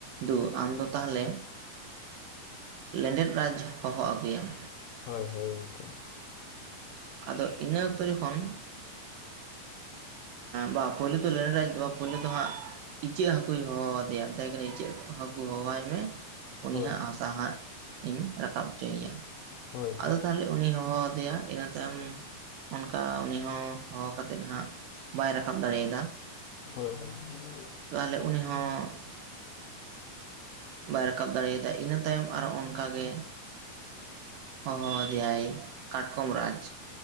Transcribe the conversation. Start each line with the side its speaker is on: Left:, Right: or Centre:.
Right: ᱫᱩ ᱟᱢ ᱫᱚ ᱛᱟᱦᱚᱞᱮ ᱞᱮᱸᱰᱮᱫ ᱨᱟᱡᱽ ᱦᱚᱦᱚ ᱟᱹᱜᱩ ᱮᱢ
Left: ᱦᱳᱭ ᱦᱳᱭ ᱜᱚᱝᱠᱮ
Right: ᱟᱫᱚ ᱤᱱᱟᱹ ᱚᱠᱛᱚ ᱡᱚᱠᱷᱚᱱ ᱵᱟ ᱯᱳᱭᱞᱳ ᱫᱚ ᱞᱮᱰᱮᱡᱽ ᱵᱟ ᱯᱳᱭᱞᱳ ᱫᱚ ᱦᱟᱜ ᱤᱪᱟᱹᱜ ᱦᱟᱹᱠᱩᱭ ᱦᱚᱦᱚ ᱟᱫᱮᱭᱟ ᱢᱮᱛᱟᱭ ᱠᱟᱱᱟ ᱤᱪᱟᱹᱜ ᱦᱟᱹᱠᱩ ᱦᱚᱦᱚᱣᱟᱭ ᱢᱮ ᱩᱱᱤ
Left: ᱦᱳᱭ
Right: ᱦᱟᱜ ᱦᱟᱥᱟ ᱦᱟᱜ ᱤᱧ ᱨᱟᱠᱟᱵ ᱦᱚᱪᱚᱭᱮᱭᱟ
Left: ᱦᱳᱭ
Right: ᱟᱫᱚ ᱛᱟᱦᱚᱞᱮ ᱩᱱᱤ ᱦᱚᱦᱚ ᱟᱫᱮᱭᱟ ᱤᱱᱟᱹ ᱛᱟᱭᱚᱢ ᱚᱱᱠᱟ ᱩᱱᱤ ᱦᱚ ᱦᱚᱦᱚ ᱠᱟᱛᱮᱫ ᱦᱟᱜ ᱵᱟᱭ ᱨᱟᱠᱟᱵ ᱫᱟᱲᱮᱭᱟᱛ
Left: ᱦᱳᱭ ᱦᱳᱭ
Right: ᱛᱟᱦᱚᱞᱮ ᱩᱱᱤ ᱦᱚᱸ ᱵᱟᱭ ᱨᱟᱠᱟᱵ ᱫᱟᱲᱮᱭᱟᱫᱟ ᱤᱱᱟᱹ ᱛᱟᱭᱚᱢ ᱟᱨᱚ ᱚᱱᱠᱟᱜᱮ ᱦᱚᱦᱚ ᱫᱮᱭᱟᱭ ᱠᱟᱴᱠᱚᱢ ᱨᱟᱡᱽ